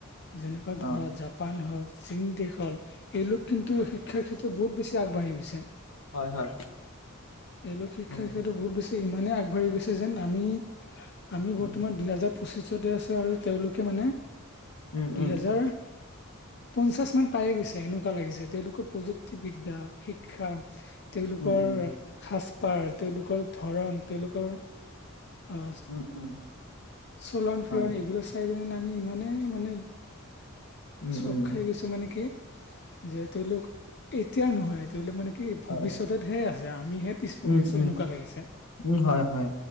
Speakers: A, on the left (about 55°); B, on the left (about 75°).
A: যেনেকুৱা ধৰা
B: অ
A: জাপান হওক, চীন দেশ হল এইলোক কিন্তু শিক্ষাৰ ক্ষেত্ৰত বহুত বেছি আগবাঢ়ি গৈছে।
B: হয় হয়
A: এই ল শিক্ষা
B: উম
A: শিক্ষাতো বহুত বেছি <unintelligible> ইমানে আগবাঢ়ি গৈছে যেন আমি আমি বৰ্তমান
B: উম
A: দলাজাত পচিছতে আছে আৰু তেওঁলোকে মানে
B: উম
A: দু
B: উম
A: হেজাৰ <unintelligible> পঞ্চাশ মান পায়ে গৈছে এনেকুৱা লাগিছে তেওঁলোকৰ প্ৰযুক্তিবিদ্যা, শিক্ষা তেওঁলোকৰ
B: উম উম
A: সাজপাৰ, তেওঁলোকৰ ধৰণ, তেওঁলোকৰ অ
B: উম উম
A: চলন ফিৰণ
B: হয়
A: এইবোৰাক চাই পিনে, আমি ইমানেই মানে
B: উম,
A: চখ
B: উম,
A: খাই গৈছো মানে কি যে তেওঁলোক এতিয়া নহয়, তেওঁলোক মানে কি ভবিষ্যতে
B: হয়।
A: ধেই <unintelligible> আছে। আমিহে পিছ পৰি
B: উম,
A: আছো
B: উম,
A: এনেকুৱ লাগিছে।
B: উম হয় হয়